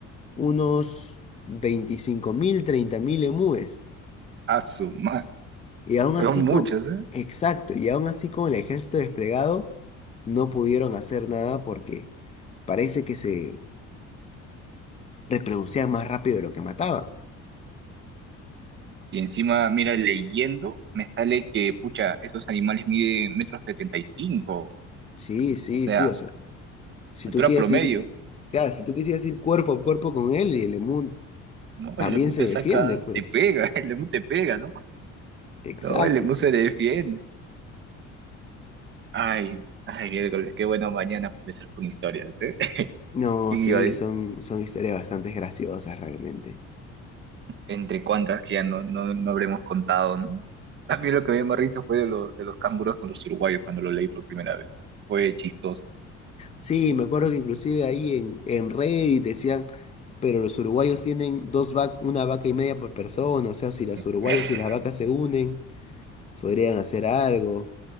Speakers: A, on the left (about 20°); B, on the right (about 40°).
A: unos veinticinco mil, treinta mil emúes.
B: <laughs> a su madre.
A: Y aún así
B: Son muchos,
A: con,
B: ¿eh?
A: exacto, y aún así con el ejército desplegado, no pudieron hacer nada porque parece que se reproducían más rápido de lo que mataban.
B: Y encima, mira, leyendo, me sale que, pucha, esos animales miden metros setenta y cinco,
A: Sí, sí,
B: o sea,
A: sí, o sea, Si
B: altura
A: tú quieres
B: promedio,
A: ir, claro, si tú quisieras ir cuerpo a cuerpo con él y el Emun
B: ¿no?
A: también
B: El lemur
A: se
B: te
A: defiende,
B: saca,
A: pues.
B: te pega, <laughs> el lemur te pega, ¿no?
A: Exacto,
B: No, el lemur
A: exacto.
B: se defiende. Ay, ay, miércoles, qué bueno mañana para empezar con historias, ¿eh? <laughs>
A: No,
B: ¿Qué iba
A: sí,
B: a decir?
A: son, son historias bastante graciosas realmente.
B: Entre cuantas que ya no, no, no habremos contado, ¿no? A mí lo que me dio más risa fue de los, de los canguros con los uruguayos cuando lo leí por primera vez. Fue chistoso.
A: Sí, me acuerdo que inclusive ahí en, en Reddit decían, pero los uruguayos tienen dos vac una vaca y media por persona, o sea, si los
B: <laughs>
A: uruguayos y las vacas se unen, podrían hacer algo.